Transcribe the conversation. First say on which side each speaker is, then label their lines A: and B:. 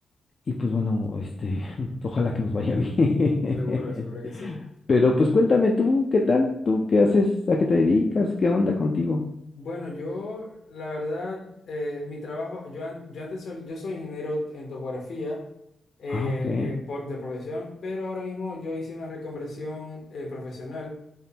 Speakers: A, on the left; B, on the left.
A: Y pues bueno, este, <laughs> ojalá que nos vaya bien.
B: seguro, seguro que sí.
A: <laughs> Pero pues cuéntame tú, ¿qué tal? ¿Tú qué haces? ¿A qué te dedicas? ¿Qué onda contigo?
B: Bueno, yo, la verdad, eh, mi trabajo, yo, an- yo antes sol- yo soy ingeniero en topografía eh,
A: Ah, ok.
B: eh, por, de profesión, pero ahora mismo yo hice una reconversión eh, profesional